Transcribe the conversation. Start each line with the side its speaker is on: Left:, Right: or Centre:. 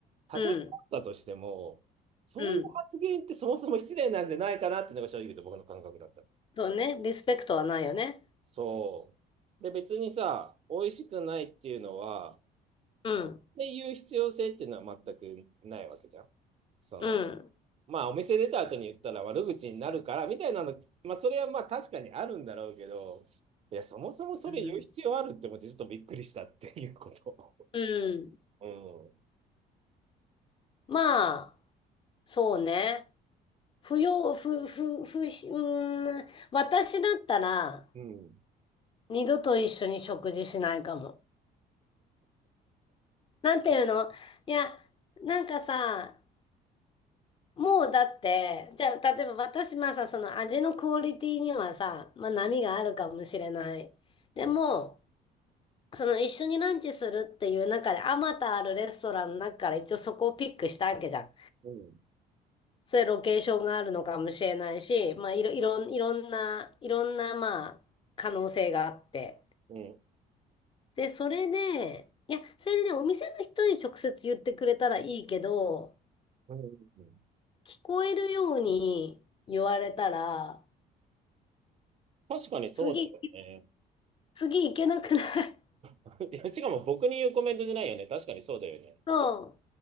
Right: たとえあったとしても、
Left: うん。
Right: そういう発言ってそもそも失礼なんじゃないかなっていうのが正直言うと僕の感覚だったの。
Left: うんそうね。リスペクトはないよね。
Right: そう。で、別にさ、美味しくないっていうのは、
Left: うん。
Right: っていう必要性っていうのは全くないわけじゃん。その、
Left: うん。
Right: まあお店出た後に言ったら悪口になるからみたいなの、まあそれはまあ確かにあるんだろうけど、いや、そもそもそれ言う必要あるって思ってちょっとびっくりしたっていうこと。
Left: うん。うん。
Right: <laughs>
Left: まあ、そうね。不要、不、不、不、うーん。私だったら、
Right: うん。うん。
Left: 二度と一緒に食事しないかも。なんていうのいや、なんかさ、もうだって、じゃあ、例えば私、まあさ、その味のクオリティにはさ、まあ波があるかもしれない。でも、
Right: うん。
Left: その一緒にランチするっていう中で、あまたあるレストランの中から一応そこをピックしたわけじゃん。
Right: うん。
Left: それロケーションがあるのかもしれないし、まあいろ、いろん、いろんな、いろんな、まあ、可能性があって。
Right: うん。
Left: で、それで、いや、それでね、お店の人に直接言ってくれたらいいけど、
Right: うんうん
Left: 聞こえるように言われたら、
Right: 確かにそうだよね。
Left: 次、次行けなくない
Right: <laughs> いや、しかも僕に言うコメントじゃないよね。確かにそうだよね。
Left: <laughs> そ